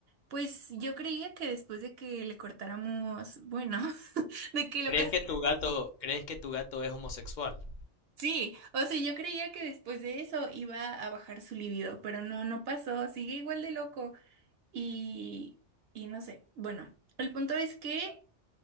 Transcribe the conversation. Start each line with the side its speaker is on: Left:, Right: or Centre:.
Right: pues yo creía que después de que le cortáramos, bueno, <laughs> de que lo
Left: ¿Crees
Right: castráramos,
Left: que tu gato, crees que tu gato es homosexual?
Right: sí, o sea, yo creía que después de eso iba a bajar su libido, pero no, no pasó, sigue igual de loco. Y, y no sé, bueno, el punto es que...